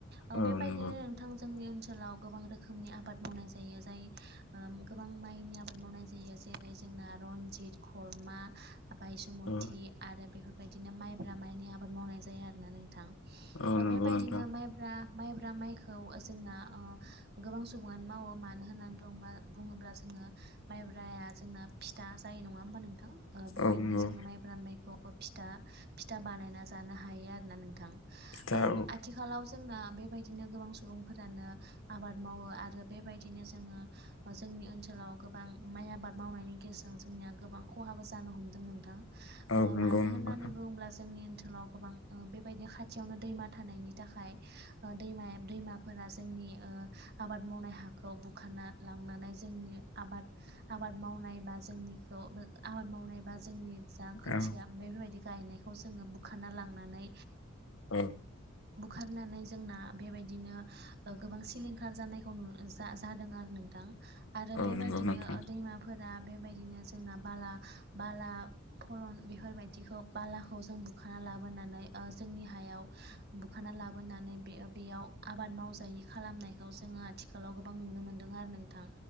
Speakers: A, on the right; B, on the left.
A: ओ
B: औ
A: बेबायदिनो
B: नंगौ
A: नोंथां जोंनि ओनसोल ओनसोलाव गोबां रोखोमनि आबाद मावनाय जायो जाय ओ गोबां माइनि आबाद मावनाय जायो जेरै जों ना रनजित खर्मा बायसुमथि
B: औ
A: आरो बेफोरबायदिनो माइब्रा माइनि आबाद मावनाय जायो आरोना नोंथां
B: औ नंगौ
A: बेबायदिनो
B: नोंथां
A: माइब्रा माइब्रा माइखौ जोंना ओ गोबां सुबुङानो मावो मानो होननानै बुंब्ला बुङोब्ला जों यो माइब्राया जोंना फिथा जायो नङा होमबा नों थां ओ बेबायदिनो
B: औ नंगौ
A: जोङो माइब्रा माइखौ फिथा फिथा बानायना जानो हायो आरोना नोंथां
B: फिथा
A: ओ
B: औ
A: आथिखालाव जोंना बेबायदिनो गोबां सुबुं फोरानो आबाद मावो आरो बेबायदिनो जोङो जोंनि ओनसोलाव गोबां माइ आबाद मावनायनि गेजेरजों जोंनिया गोबां ख'हाबो जानो हमदों नोंथां
B: औ
A: ओ
B: नंगौ
A: मानो
B: नंगौ
A: होननानै बुङोब्ला जोंनि ओनसोलाव गोबां ओ बेबायदि खाथि खाथियावनो दैमा थानायनि थाखाय ओ दैमाया दैमाफोरा जोंनि ओ आबाद मावनाय हाखौ बुखारना लांनानै जोंनि आबाद आबाद मावनाय बा जोंनिखौ आबाद मावनायबा जोंनि जा खोथिया
B: औ
A: ओमफाय बेबायदि गायनायखौ जोङो बुखाराना लांनानै
B: औ
A: बुखारनानै जोंना बेबायदिनो गोबां सिलिंखार जानायखौ नु जादों आरो नोंथां आरो
B: औ
A: बेबायदिनो
B: नंगौ नोंथां
A: दैमाफोरा बेबायदिनो जोंना बाला बाला फल बेफोरबायदिखौ बालाखौ जों बुखाना लाबोनानै ओ जोंनि हायाव बुखाना ला बोनानै बे बेयाव आबाद मावजायि खालामनायखौ जोङो थिखालाव गोबां नुनो मोनदों आरो नोंथां